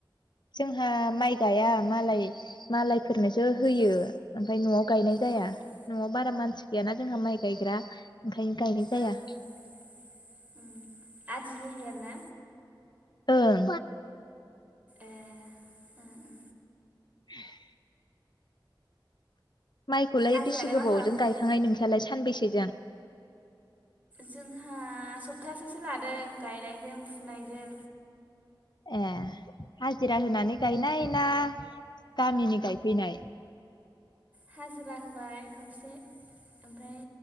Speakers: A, on the left; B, on the right.
A: जोंहा माइ गाया मालाय मालायफोरनोसो होयो
B: अ
A: ओमफ्राय न'आव गायनाय जाया
B: अ उम
A: न'आव बारा मानसि गैयाना जोंहा माइ गायग्रा ओंखायनो गायनाय जाया
B: ओं
A: <inaudible>
B: उम आदि होयो आरोना
A: ओं
B: ए ओ ओ
A: <unintelligible> माइखौलाय
B: आजायालाय
A: बेसे गोबावजों
B: मा खालामदों?
A: गायखांनाय नोंसालाय सानबैसे जों
B: जोंहा सप्तासेसो लादों गायनायजों फु फुनायजों
A: ए हाजिरा होनानै गायनाय ना गामिनि गायफैनाय
B: हाजिरा होबाय खावसे ओमफ्राय